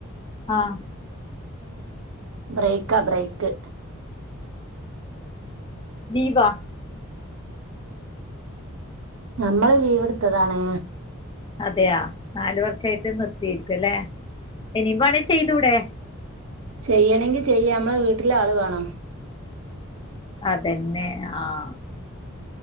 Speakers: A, on the left (about 20°); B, on the right (about 75°).
A: ആഹ്
B: ബ്രെയ്ക്കാ ബ്രെയ്ക്ക്
A: ലീവാ
B: ഞമ്മള് ലീവ് ഇട്ത്തതാണ്
A: അതെയാ? നാല് വർഷായിട്ട് നിർത്തിയേരിക്കു അല്ലെ? ഇനിയും വേണെ ചെയ്തൂടെ?
B: ചെയ്യെണെങ്കി ചെയ്യാ അമ്മളെ വീട്ട്ല് ആള് വേണം
A: അതെന്നെ ആഹ്